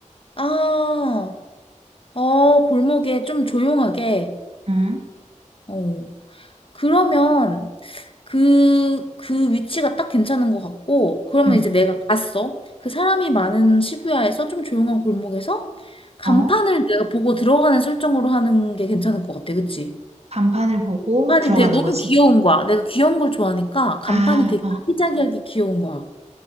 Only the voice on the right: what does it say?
응?
응.
어?
간판을 보고
들어가는
거지.
아,
어.